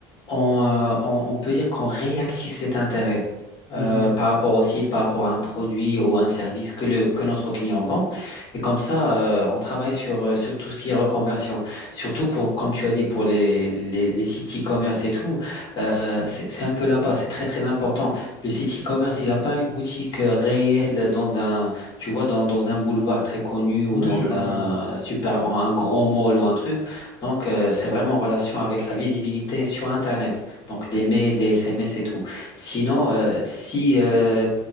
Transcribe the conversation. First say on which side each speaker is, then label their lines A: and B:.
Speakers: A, on the left; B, on the left.
A: on, euh, on- on peut dire qu'on réactive cet intérêt euh,
B: Mhm.
A: par rapport au site, par rapport à un produit ou à un service que, le, que notre client vend. Et comme ça, euh, on travaille sur, euh, sur tout ce qui est reconversion. Surtout pour, comme tu as dit, pour les, les, les sites e-commerce et tout, euh, c'est c'est un peu là-bas, c'est très très important. Le site e-commerce, il n'a pas une boutique euh, réelle dans un, tu vois, dans, dans un boulevard très connu ou
B: Oui,
A: dans
B: je suis d'accord.
A: un super, un grand mall ou un truc. Donc, euh, c'est vraiment en relation avec la visibilité sur Internet. Donc, des mails, des SMS et tout. Sinon, euh, si euh,